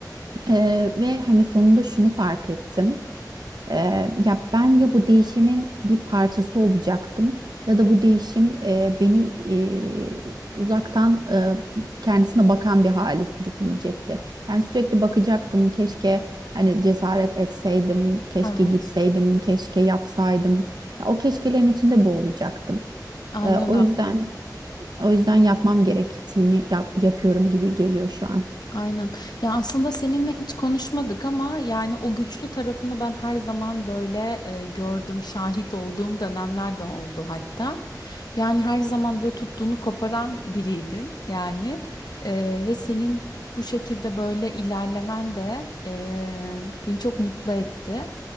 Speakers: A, on the right (about 70°); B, on the left (about 70°).
A: E, ve hani sonunda şunu fark ettim. Eee, ya ben ya bu değişimin bir parçası olacaktım ya da bu değişim eee, beni eee, uzaktan eee, kendisine bakan bir hale sürükleyecekti. Yani sürekli bakacaktım keşke hani cesaret etseydim, keşke
B: Evet.
A: gitseydim, keşke yapsaydım. Ya o keşkelerin içinde boğulacaktım.
B: Aynen
A: Eee, o
B: öyle.
A: yüzden o yüzden yapmam gerektiğini yap- yapıyorum gibi geliyor şu an.
B: Aynen. Ya aslında seninle hiç konuşmadık ama yani o güçlü tarafını ben her zaman böyle e, gördüm, şahit olduğum dönemler de oldu hatta. Yani her zaman böyle tuttuğunu koparan biriydin yani E, ve senin bu şekilde böyle ilerlemen de e, beni çok mutlu etti.